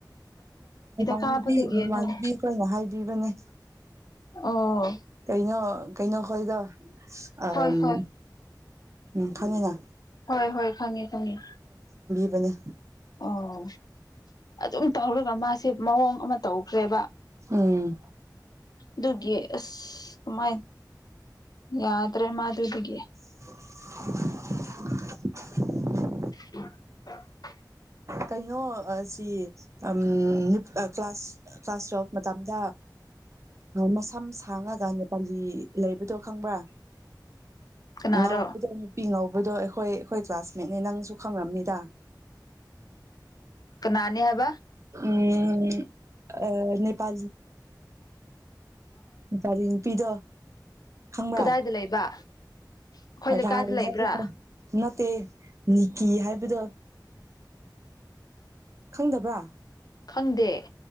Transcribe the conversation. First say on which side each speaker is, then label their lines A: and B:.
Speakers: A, on the right (about 40°); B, on the left (about 60°).
A: ꯃꯃꯥꯟꯅ
B: ꯀꯥꯞꯄꯗꯒꯤ
A: ꯃꯃꯥꯟꯅꯕꯤ
B: ꯅꯪ
A: ꯑꯩꯈꯣꯏꯅ ꯍꯥꯏꯕꯤꯕꯅꯦ
B: ꯑꯣ
A: ꯀꯩꯅ ꯀꯩꯅꯣ ꯈꯣꯏꯗ ꯎꯝ
B: ꯍꯣꯏ ꯍꯣꯏ
A: ꯐꯅꯤꯅ
B: ꯍꯣꯏ ꯍꯣꯏ ꯈꯪꯉꯦ ꯈꯉ
A: ꯑꯗꯨꯅꯤ
B: ꯑꯣ ꯑꯗꯨꯝ ꯇꯧꯔꯒ ꯃꯥꯁꯦ ꯃꯑꯣꯡ ꯑꯃ ꯇꯧꯈ꯭ꯔꯦꯕ
A: ꯎꯝ
B: ꯑꯗꯨꯒꯤ ꯑꯁ ꯁꯨꯃꯥꯏ ꯌꯥꯗ꯭ꯔꯦ ꯃꯥꯗꯨꯗꯒꯤ
A: <unintelligible>
B: <inaudible>
A: ꯀꯩꯅꯣ ꯁꯤ ꯑꯝ ꯅꯨ ꯀ꯭ꯂꯥꯁ ꯀ꯭ꯂꯥꯁ ꯇꯨꯌꯦꯦꯜꯐ ꯃꯇꯝꯗ ꯃꯁꯝ ꯁꯥꯡꯉꯒ ꯅꯦꯄꯥꯂꯤ ꯂꯩꯕꯗꯣ ꯈꯪꯕ꯭ꯔ
B: ꯀꯅꯥꯔꯣ
A: ꯉꯧꯕꯗꯣ ꯅꯨꯄꯤ ꯉ ꯗꯣ ꯑꯩꯈꯣꯏ ꯑꯩꯈꯣꯏ ꯀ꯭ꯂꯥꯁꯃꯦꯠꯅꯦ ꯅꯪꯁꯨ ꯈꯪꯕꯅꯤꯗ
B: ꯀꯅꯥꯅꯤ ꯍꯥꯏꯕ
A: ꯎꯝ ꯅꯦꯄꯥ ꯅꯨꯄꯥꯔꯤ ꯅꯨꯄꯤꯗꯣ ꯈꯪꯕ꯭ꯔꯥ
B: ꯈꯨꯗꯥꯏꯗ ꯂꯩ ꯂꯩꯕ ꯑꯩꯈꯣꯏ ꯂꯩꯀꯥꯏꯗ
A: ꯔꯥꯏ
B: ꯂꯩꯕ꯭ꯔꯥ
A: ꯍꯥꯏꯕꯗꯣ ꯅꯠꯇꯦ ꯅꯤꯀꯤ ꯍꯥꯏꯕꯗꯣ ꯈꯪꯗꯕ꯭ꯔꯥ
B: ꯈꯪꯗꯦ